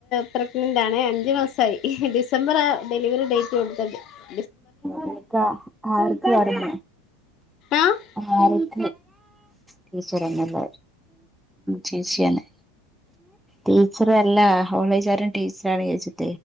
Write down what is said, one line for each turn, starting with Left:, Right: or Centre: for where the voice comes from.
Left: പ്രഗ്നനൻ്റ് <unintelligible> അഞ്ചു മാസമായി ഡിസംബറിലായ ഡെലിവറി ഡേറ്റ് <unintelligible>
Centre: <unintelligible> ആക്ക്ടങ്ങന്ന്
Left: ആഹ്
Centre: ആ <unintelligible> ടീച്ചർന്നല്ല ചേച്ചിയാണ് ടീച്ചറ അല്ല കോളേജാര ടീച്ചറ ആാണ് എന്ന് വിജാരിച്ച്